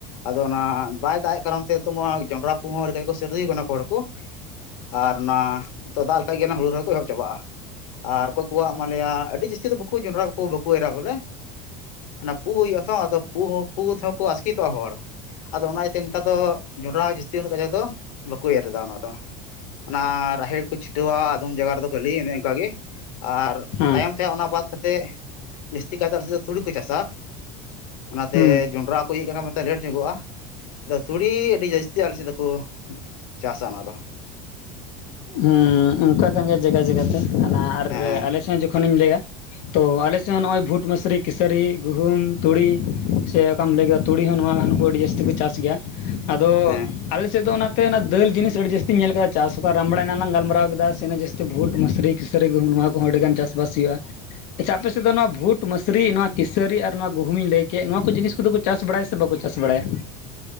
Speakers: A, on the left; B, on the left.
A: ᱟᱫᱚ ᱚᱱᱟ ᱵᱟᱭ ᱫᱟᱜ ᱮ ᱠᱟᱨᱚᱱ ᱛᱮ ᱛᱚ ᱡᱚᱸᱰᱨᱟ ᱯᱩᱦᱚᱸ ᱦᱚᱸ ᱥᱟᱹᱨᱫᱤ ᱠᱟᱱᱟ ᱦᱩᱭ ᱠᱟᱱᱟ ᱠᱚ ᱟᱨ ᱚᱱᱟ ᱛ ᱫᱟᱜ ᱞᱮᱠᱷᱟᱡ ᱜᱮ ᱦᱩᱲᱩ ᱨᱚᱦᱚᱭ ᱠᱚ ᱮᱦᱚᱵ ᱪᱟᱵᱟᱜᱼᱟ ᱾ ᱟᱨ ᱚᱠᱚᱭ ᱠᱚᱣᱟᱜ ᱢᱮᱭᱟ ᱟᱹᱰᱤ ᱡᱟᱹᱥᱛᱤ ᱫᱚ ᱵᱟᱠᱚ ᱡᱚᱱᱰᱨᱟ ᱵᱟᱠᱚ ᱮᱨᱟ ᱵᱚᱞᱮ ᱚᱱᱟ ᱯᱩ ᱦᱩᱭᱩᱜ ᱟ ᱛᱚ ᱟᱫᱚ ᱯᱩ ᱛᱮᱦᱚᱸᱠᱚ ᱟᱥᱠᱮ ᱪᱠᱤᱛᱚᱜᱼᱟ ᱦᱚᱲ ᱟᱫᱚ ᱚᱱᱟ ᱤᱭᱟᱹᱛᱮ ᱱᱮᱛᱟᱨ ᱫᱚ ᱡᱚᱸᱰᱨᱟ ᱡᱟᱥ ᱡᱟᱹᱥᱛᱤ ᱩᱱᱟᱹᱜ ᱠᱟᱡᱟᱠ ᱫᱚ ᱵᱟᱠᱚ ᱮᱨ ᱮᱫᱟ ᱚᱱᱟ ᱫᱚ ᱚᱱᱟ ᱨᱟᱦᱮᱲ ᱠᱚ ᱪᱷᱤᱴᱟᱹᱣᱟ ᱟᱫᱚᱢ ᱡᱟᱭᱜᱟ ᱨᱮᱫᱚ ᱠᱷᱟᱹᱞᱤ ᱚᱱᱮ ᱚᱱᱠᱟ ᱜᱮ ᱟᱨ
B: ᱦᱮᱸ
A: ᱛᱟᱭᱚᱢ ᱛᱮ ᱚᱱᱟ ᱵᱟᱫᱽ ᱠᱟᱛᱮᱫ ᱡᱟᱹᱥᱛᱤ ᱠᱟᱭᱛᱮ ᱟᱞᱮ ᱥᱮᱫ ᱫᱚ ᱛᱩᱲᱤ ᱠᱚ ᱪᱟᱥᱟ ᱚᱱᱟ ᱛᱮ
B: ᱦᱩᱸ
A: ᱡᱚᱱᱰᱨᱟ ᱤᱭᱟᱹᱜ ᱠᱟᱱᱟ ᱞᱮᱴ ᱧᱚᱜᱚᱜᱼᱟ ᱟᱫᱚ ᱛᱩᱲᱤ ᱟᱹᱰᱤ ᱡᱟᱹᱥᱛᱤ ᱟᱞᱮ ᱥᱮᱫ ᱫᱚᱠᱚ ᱪᱟᱥᱟ ᱚᱱᱟᱫᱚ
B: ᱦᱮᱸ ᱚᱱᱠᱟ ᱠᱟᱱ ᱜᱮᱭᱟ ᱡᱟᱜᱟ ᱡᱟᱜᱟᱛᱮ ᱦᱟᱱᱟ ᱟᱨ
A: ᱦᱮᱸ
B: ᱟᱞᱮ ᱥᱮᱫ ᱡᱚᱠᱷᱚᱱᱤᱧ ᱞᱟᱹᱭᱟ ᱾ ᱛᱚ ᱟᱞᱮ ᱥᱮᱫ ᱦᱚᱸ ᱱᱚᱜᱼᱚᱭ ᱵᱷᱩᱴ ᱢᱥᱨᱤ ᱠᱮᱥᱟᱹᱨᱤ ᱜᱩᱦᱩᱢ ᱛᱩᱲᱤ ᱥᱮ ᱠᱟᱢ ᱞᱟᱹᱭ ᱠᱮᱫᱟ ᱛᱩᱲᱤ ᱦᱚᱸ ᱱᱚᱣᱟᱠᱩ ᱟᱹᱰᱤ ᱡᱟᱹᱥᱛᱤ ᱠᱚ ᱪᱟᱥ ᱜᱮᱭᱟ ᱟᱫᱚ
A: ᱦᱮᱸ
B: ᱟᱞᱮᱥᱮᱫ ᱫᱚ ᱚᱱᱟ ᱚᱱᱟ ᱫᱟᱹᱞ ᱡᱤᱱᱤᱥ ᱟᱹᱰᱤ ᱡᱟᱹᱥᱛᱤᱧ ᱧᱮᱞ ᱟᱠᱟᱫᱟ ᱪᱟᱥ ᱨᱟᱢᱵᱲᱮᱱᱟ ᱞᱟᱝ ᱜᱟᱞᱢᱟᱨᱟᱣ ᱠᱮᱫᱟ ᱥᱮᱱᱹ ᱡᱟᱹᱥᱛᱤ ᱵᱷᱩᱴ ᱢᱥᱨᱤ ᱠᱤᱥᱟᱹᱨᱤ ᱜᱩᱦᱩᱢ ᱱᱚᱣᱟ ᱠᱚᱦᱚᱸ ᱟᱹᱰᱤᱜᱟᱱ ᱪᱟᱥᱵᱟᱥ ᱦᱩᱭᱩᱜᱼᱟ ᱾ ᱟᱪᱪᱷᱟ ᱟᱯᱮ ᱥᱮᱫ ᱫᱚ ᱱᱚᱣᱟ ᱵᱷᱩᱴ ᱢᱥᱨᱤ ᱱᱚᱣᱟ ᱠᱤᱥᱟᱹᱨᱤ ᱟᱨ ᱱᱚᱣᱟ ᱜᱩᱦᱩᱢᱤᱧ ᱞᱟᱹᱭ ᱠᱮᱫ ᱱᱚᱣᱟ ᱠᱚ ᱡᱤᱱᱤᱥ ᱠᱚᱫᱚ ᱠᱚ ᱪᱟᱥ ᱵᱟᱲᱟᱭᱟ ᱥᱮ ᱵᱟᱠᱚ ᱪᱟᱥ ᱵᱟᱲᱟᱭᱟ